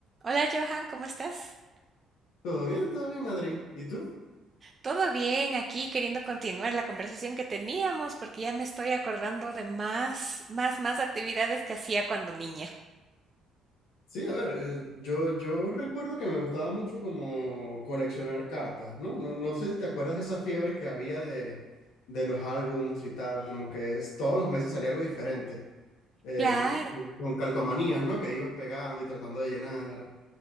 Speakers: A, on the right (about 30°); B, on the left (about 85°).
A: Hola Johan, ¿cómo estás?
B: Todo bien, todo bien, Adri. ¿Y tú?
A: Todo bien, aquí queriendo continuar la conversación que teníamos porque ya me estoy acordando de más, más, más actividades que hacía cuando niña.
B: Sí, a ver, eh, yo, yo recuerdo que me gustaba mucho como coleccionar cartas, ¿no? No, no sé si te acuerdas de esa fiebre que había de, de los álbums y tal, como que es- todos los meses salía algo diferente, eh,
A: Claro,
B: que, con calcomanías, ¿no? Que ibas pegando y tratando de llenar.